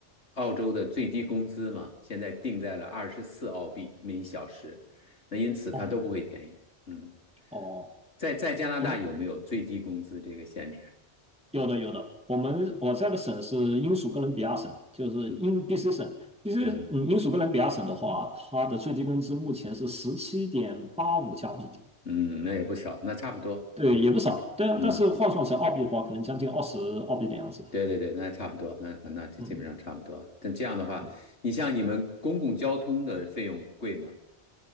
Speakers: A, on the left; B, in the centre.
A: 澳洲的最低工资嘛，现在定在了二十四澳币每小时，那因此它都不会便宜。
B: 哦
A: 嗯，
B: 哦，
A: 在在加拿大有没有最低工资这个限制？
B: 我们有的有的，我们我在的省是英属哥伦比亚省，就是英
A: 嗯
B: BC 省。BC
A: 嗯。
B: 嗯，英属哥伦比亚省的话，它的最低工资目前是十七点八五加币，
A: 嗯，那也不少，那差不多，
B: 对，
A: 嗯，
B: 也不少。
A: 嗯嗯，
B: 但但是换算成澳币的话，可能将近二十澳币的样子。
A: 对对对，那差不多，那那就基本上差不多。
B: 嗯，
A: 但这样的话，
B: 对，
A: 你像你们公共交通的费用贵吗？